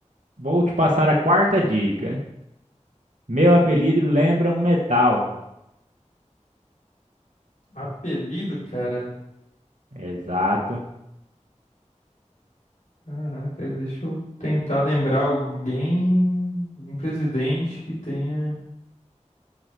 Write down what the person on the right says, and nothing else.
Vou te passar a quarta dica. Meu apelido lembra um metal.
Exato.